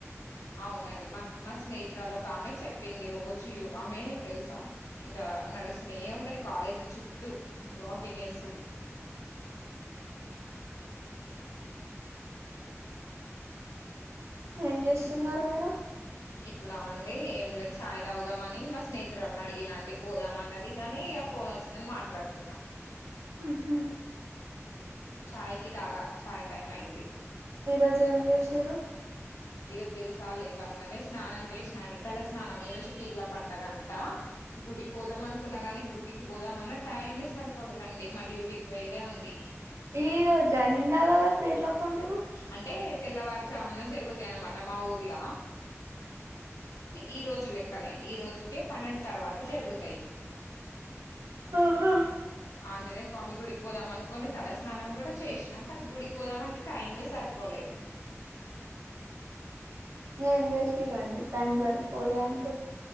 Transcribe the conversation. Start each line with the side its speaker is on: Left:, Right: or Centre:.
Left: అవునండి. మా మా స్నేహితురాలు ఒక ఆమె చెప్పింది. రోజూ యోగా ఆమె తెలుసా మీకు? ఇంకా నడుస్తునే ఉంటది కాలేజీ చుట్టూ వాకింగ్ చేస్తూనే.
Right: ఏం చేస్తున్నారు మీరు?
Left: ఇప్పుడ అండి ఏం లేదు ఛాయ్ తాగుదామని మా స్నేహితురాల్ని అడిగిన ఆన్డి పోదామా అని. కని ఫోన్ వచ్చిందని మాట్లాడుతున్నా
Right: మ్ హు
Left: చాయ్ కి తాగా, చాయ్ టైం అయింది.
Right: ఈరోజు ఏం చేసిర్రు.
Left: ఇరోజు తెలుసా లేవంగనే స్నానం చేసినా అండి తల స్నానం ఈరోజు పీర్ల పండగంట. గుడికి పోదాం అనుకున్నా గాని గుడికి పోదాం అన్నా టైమే సరిపోలేదండి. మా డ్యూటీకి పోయేదే ఉంది
Right: ఈ రోజా నిన్న కదా పేర్ల పండుగ
Left: అంటే తెల్లవారుజామున జరుగుతాయి అన్నమాట మా ఊర్లా ఈ రోజు లెక్కనే ఈ రోజుకే పన్నెండు తర్వాత జరుగుతాయి
Right: అవ్వమ్
Left: ఆంజనేయ స్వామి గుడికి పోదాం అనుకుని తలస్నానం కూడా చేసినా కానీ గుడికి పోదామని టైమే సరిపోలే
Right: ఏం చేసిండ్రు అండి టైం సరిపోలే అంటే